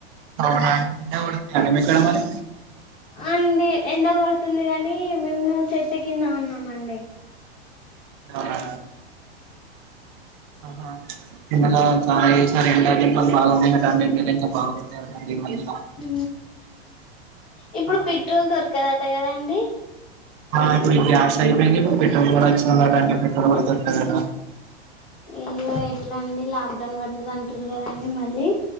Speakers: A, on the right (about 55°); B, on the left (about 25°).
A: అవునా ఎండ కొడుతోంది అండి మీక్కడ మరి
B: అండి ఎండగొడుతుంది కాని మేము్ చెట్టు కింద ఉన్నామండి
A: అవునా ఆహా ఇ నెల చాలా ఎండా ఏసిన దెంపల్ బాగున్నాయటండి మ ఇంకా బాగున్నాయి ఈ మద్య
B: హు ఇప్పుడు
A: ఆ
B: పిట్రోల్ దొరకదట కదా అండి
A: ఆ ఇప్పుడు గ్యాస్ అయిపోయింది ఇపుడ్ పెట్రోల్ కూడా వచ్చిందిట అండి పెట్రోల్ పడతారు కదట
B: ఇగ ఎట్లా అండి లాక్ డౌన్ పడుతది అంటురు కదండి మళ్ళీ